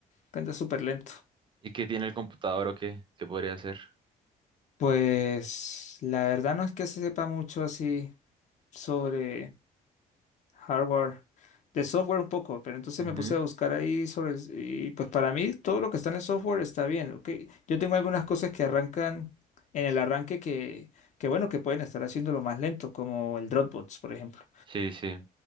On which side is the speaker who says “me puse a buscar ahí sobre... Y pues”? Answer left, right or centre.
Left